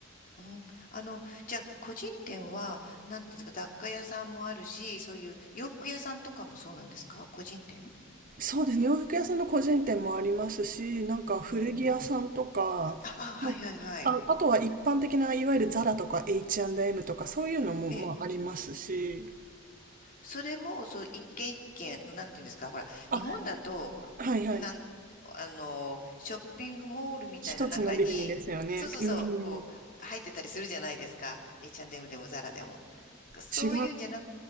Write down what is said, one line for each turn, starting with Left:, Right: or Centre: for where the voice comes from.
Left: うん。あの、じゃあ、個人店は、なんていうんですか、雑貨屋さんもあるし、そういう洋服屋さんとかもそうなんですか個人店
Right: そうですね。洋服屋さんの個人店もありますし、なんか古着屋さんとか、
Left: うん。ああ、はいはいはい。
Right: もうあ、あとは一般的ないわゆるザラとか H&M とかそういうのもまあありますし、
Left: ええ。それも、そう、一軒一軒の、なんていうんですか、ほら、
Right: あ、
Left: 日本だと、
Right: はいはい。
Left: なんあの、ショッピングモールみたいな中に、
Right: 一つのビルにですよね。
Left: そうそうそう、
Right: うん。
Left: こう、
Right: 違
Left: 入ってたりするじゃないですか。H&M でもザラでも。そういうんじゃなく、
Right: い、